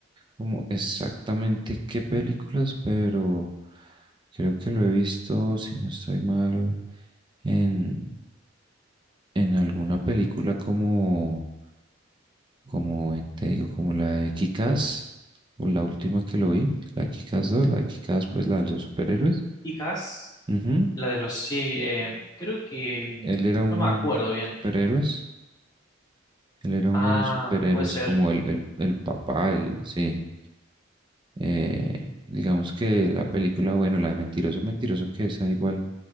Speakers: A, on the right; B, on the left.
A: como exactamente qué películas, pero creo que lo he visto, si no estoy mal, en, en alguna película como, como en- te digo, como la de Kikas, o la última que lo vi, la de Kikas 2, la de Kikas, pues la de los superhéroes.
B: Chicas,
A: Ujú.
B: La de los, sí, eh, creo que, mm,
A: Él era uno
B: no me acuerdo
A: de los
B: bien.
A: superhéroes. Él era
B: Ah,
A: uno de los superhéroes,
B: puede ser.
A: como el, el, el papá, el, sí. Eh, digamos que la película, bueno, la de Mentiroso, Mentiroso, que esa igual